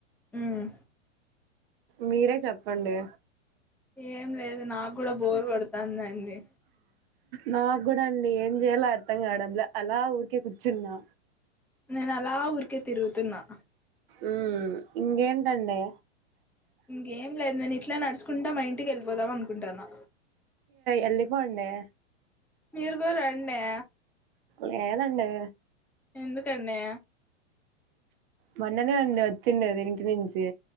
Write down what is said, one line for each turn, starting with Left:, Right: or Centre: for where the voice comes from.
Centre: ఉమ్
Right: మీరే చెప్పండి.
Centre: ఏం లేదు, నాకు కూడా, బోరు, కొడుతు. తన్నేయక్. నిన్నే.
Right: నాకు కూడా, అండి, ఏం జెయాలో, అర్థం కావడం లే, అలా ఊరికే, కూర్చున్నా.
Centre: నేను, అలా ఊరికే, తిరుగుతున్నా.
Right: ఉ, ఇంకేంటండి.
Centre: ఇంకేం లేదు నేను ఇట్లా నడుచుకుంటా మా ఇంటికి, వెళ్ళిపోదాం, అను ఉంటానా.
Right: ఎల్లిపోండే.
Centre: మీరు కూరు రండే.
Right: లేదండే.
Centre: ఎందుకు అండి.
Right: మొన్ననేే అండి, వచ్చింది, ఇంటి నుంచి.